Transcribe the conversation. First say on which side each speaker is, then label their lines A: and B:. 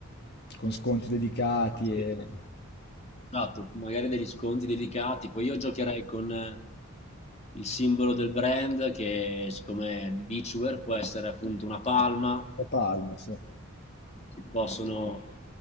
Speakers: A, on the left; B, on the left.
A: con sconti dedicati
B: Ah, sì.
A: e
B: Esatto, magari degli sconti dedicati. Poi io giocherei con eh, il simbolo del brand che siccome è beachwear può essere appunto una palma
A: e palma, sì.
B: si possono,